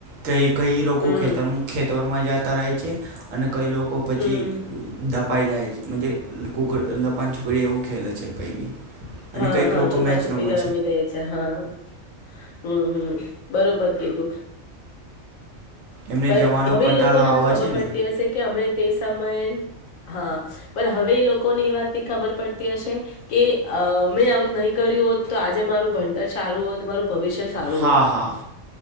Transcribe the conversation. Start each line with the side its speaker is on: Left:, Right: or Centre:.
Right: કંઈક કઈ લોકો
Left: હમ
Right: ખેતર મુખ્યતરમાં જાત તા રહે છે. અને કંઈ લોકો પછી
Left: હમ્મ
Right: ધપાઈ જાય છે. મજે લોકો લોપાની છોકરીઓ એવું ખેલે છે, કઈ બી અને
Left: હા
Right: કંઈક
Left: હા
Right: લોકો
Left: છુપાછુપી
Right: મેચ રમે
Left: રમી દે છે હા. હમ્મ હમ્મ બરોબર કીધું
Right: એમને
Left: પલ
Right: જવાનો
Left: હવે
Right: કંટાળો
Left: એ લોકોને આમ
Right: આવે
Left: ખબર
Right: છે
Left: પડતી
Right: ને
Left: હશે કે અમે તે સમયે હા, પણ હવે એ લોકોને એ વાત ની ખબર પડતી હશે કે, અ મેં આવું નહી કર્યું હોત તો, આજે મારું ભણતર સારું હોત. મારું ભવિષ્ય સારું
Right: હા
Left: હોત.
Right: હા